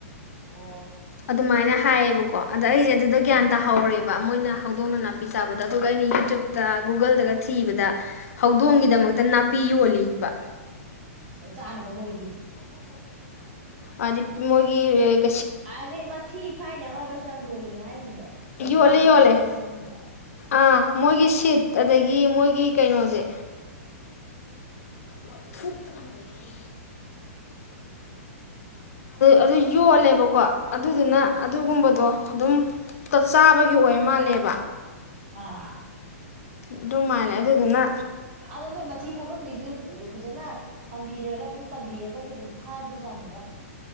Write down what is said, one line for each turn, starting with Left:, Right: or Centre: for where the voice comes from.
Right: ꯑꯣ
Left: ꯑꯗꯨꯃꯥꯏꯅ ꯍꯥꯏꯌꯦꯕꯀꯣ ꯑꯗꯣ ꯑꯩꯁꯦ ꯑꯗꯨꯗ ꯒ꯭ꯌꯥꯟ
Right: ꯑꯥ
Left: ꯇꯥꯍꯧꯔꯦꯕ ꯑꯃꯣꯏꯅ ꯍꯧꯗꯣꯡꯅ ꯅꯥꯄꯤ ꯆꯥꯕꯗꯣ ꯑꯗꯨꯒ ꯑꯩꯅ ꯌꯨꯇꯕꯇ ꯒꯨꯒꯜꯗꯒ ꯊꯤꯕꯗ ꯍꯧꯗꯣꯡꯒꯤꯗꯃꯛꯇ ꯅꯥꯄꯤ ꯌꯣꯜꯂꯤꯕ
Right: ꯑꯣ ꯆꯥꯅꯕ ꯃꯣꯏꯒꯤ
Left: ꯑ ꯃꯣꯏ <unintelligible>
Right: ꯑꯦ ꯃꯊꯤ ꯐꯥꯏꯅꯕꯒꯁꯨ ꯌꯥꯝ ꯌꯣꯜꯂꯤ ꯍꯥꯏꯅꯦ
Left: ꯌꯣꯜꯂꯦ
Right: ꯌꯣꯟꯅꯕꯗꯨꯕꯨ
Left: ꯌꯣꯜꯂꯦ
Right: ꯃꯊꯤ ꯐꯪꯝꯁꯦ
Left: ꯑꯥ ꯃꯣꯏꯒꯤ ꯁꯤꯠ ꯑꯗꯒꯤ ꯃꯣꯏꯒꯤ ꯀꯩꯅꯣꯁꯦ ꯂꯣꯏ ꯊꯣꯛꯣꯛꯇ ꯉꯥꯟ ꯂꯣꯏꯒꯅꯤ ꯑꯗꯨ ꯌꯣꯜꯂꯦꯕꯀꯣ ꯑꯗꯨꯗꯨꯅ
Right: ꯑꯥ
Left: ꯑꯗꯨꯒꯨꯝꯕꯗꯣ ꯑꯗꯨꯝ ꯞ ꯆꯥꯕꯒꯤ ꯑꯣꯏ ꯃꯥꯜꯂꯦꯕ
Right: ꯑꯥ
Left: ꯑꯗꯨ ꯃꯥꯥꯏꯂꯦ ꯑꯗꯨꯗꯨꯅ
Right: ꯑꯗ ꯅꯣꯏ ꯃꯊꯤ ꯐꯥꯏꯕꯒꯤꯁꯨ ꯐꯖꯅ ꯊꯝꯕꯤꯔꯒ ꯑꯗꯨꯝ ꯇꯝꯕꯤꯔꯒꯗꯤ ꯑꯗꯨꯝ ꯐꯥꯕꯖꯥꯠꯅꯤꯗ